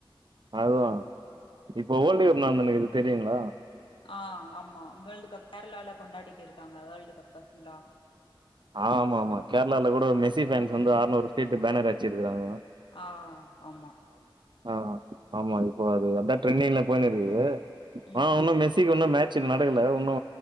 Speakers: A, on the right; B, on the left.
A: அது இப்போ வேர்ல்டு கப் நடந்தனுக்கு தெரியுங்களா
B: ஆஹ் ஆமா வேர்ல்டு கப் கேரளால கொண்டாடிட்டு இருக்காங்க வேர்ல்டு கப்பு ஃபுல்லா
A: ஆ ஆமா ஆமா கேரளாலல கூட மெஸ்சி பேரன்ஸ் வந்து அறுநூறு பேனர் அச்சிருக்கறாங்கலா
B: ஆஹ் ஆமா
A: ஆஹ் ஆமா இப்போ அது அதா ட்ரெண்டிஙல்ல போயுனுஇருக்குது
B: ம்
A: ஆஹ ஒன்னு மேசிக்கு ஒன்னு மேட் ச்சு நடக்கல இன்னு